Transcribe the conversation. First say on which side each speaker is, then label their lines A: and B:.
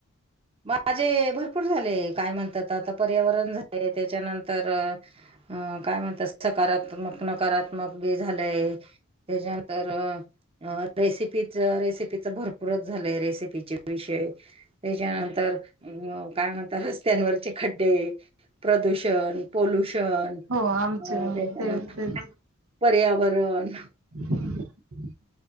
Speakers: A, on the right; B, on the right.
A: माझे भरपूर झाले काय म्हणतात आता पर्यावरण झाले. त्याच्यानंतर अं काय म्हणतात सकारात्मक, नकारात्मक बी झालंय, त्याच्यानंतर अ रेसिपीच रेसिपीच भरपूरच झालंय रेसिपीचे विषय त्याच्या तर अ काय म्हणत रस्त्यांवरचे खड्डे, प्रदूषण पोल्युशन,
B: हो आमचे
A: त्याच्यानंतर
B: तेच तेच
A: पर्यावरण
B: <inaudible>